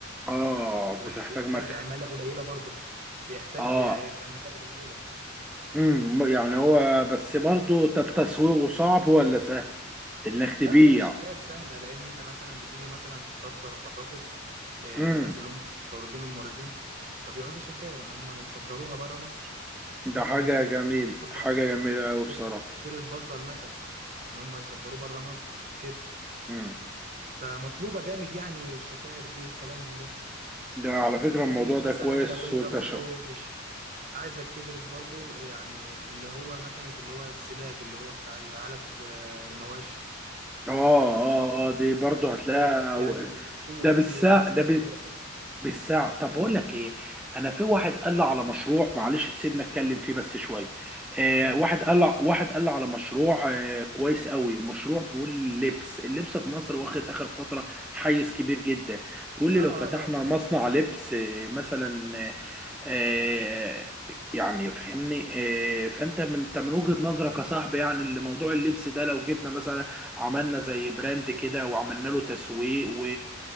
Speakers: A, in the centre; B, on the right.
A: اه
B: وبيحتاج
A: بتحتاج مكه
B: عماله قليله برضه بيحتاج
A: اه
B: عماله قليله
A: امم يعني هو بس برضه طب تسويقه صعب ولا سهل انك تبيع
B: لا لا الشكاير سهلة لأن أنت مثلا بتيجي مثلا تصدر بطاطس آه،
A: امم
B: الناس اللي هم مستوردين والموردين فبيعوزوا شكاير إن هم يصدروها بره مصر
A: ده
B: مثلا
A: حاجة
B: يعني
A: جميل
B: بصل
A: حاجة جميلة
B: تصدير
A: أوي بصراحة
B: تصدير البصل مثلا إن هم يصدروه بره مصر كده
A: امم
B: فمطلوبة جامد يعني الشكاير دي وكلام من ده
A: ده على فكرة الموضوع
B: في مثلا
A: ده كويس
B: لو أنت
A: وانت
B: برضو
A: شا...
B: مش عايزك تدرس برضو يعني اللي هو مكنة اللي هو السلاج اللي هو بتاع العلف آه، المواشي
A: اه اه اه دي برضه هتلاقيها
B: هو يعني
A: و-
B: بيكبسوه
A: ده بالساعة
B: بيكبسوا
A: ده
B: السلاح
A: ب... بالساعة طب بقول
B: مم.
A: لك ايه انا في واحد قال لي على مشروع معلش تسيبنا اتكلم فيه بس شوية آه
B: كمل
A: واحد قال لي واحد قال لي على مشروع آه كويس قوي مشروع بيقول لبس اللبس في مصر واخد اخر فترة حيز كبير جدا بيقول لي
B: اه اه
A: لو فتحنا
B: اه
A: مصنع لبس آه مثلا آه آه، يعني فهمني آه، فانت من انت من وجهة نظرك يا صاحبي يعني اللي موضوع اللبس ده لو جبنا مثلا عملنا زي براند كده وعملنا له تسويق و...